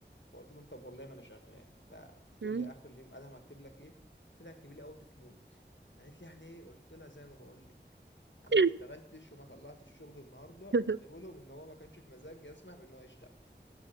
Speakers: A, on the left (about 85°); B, on the right (about 80°).
A: فقلت لهم طب والله ما انا شغال فبتقول
B: مم.
A: لي اخر اليوم ادهم هكتب لك ايه قلت لها اكتبي لي اوت اوف مود قالت لي يعني ايه قلت لها زي ما بقول لك انا ما
B: مم.
A: اشتغلتش وما طلعتش الشغل النهارده
B: <laughs>
A: واكتبوا لهم ان هو ما كانش في مزاج يسمح بان هو يشتغل